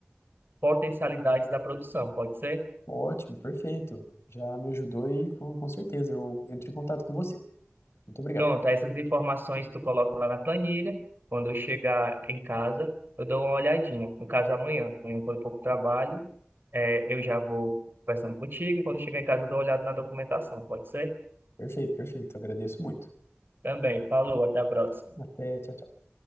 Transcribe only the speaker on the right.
potencialidades da produção, pode ser?
Pronto, essas informações tu coloca lá na planilha. Quando eu chegar em casa, eu dou uma olhadinha. No caso, amanhã, amanhã quando eu for pro trabalho, é, eu já vou conversando contigo. e Quando eu chegar em casa, eu dou uma olhada na documentação, pode ser?
Também, falou, até a próxima.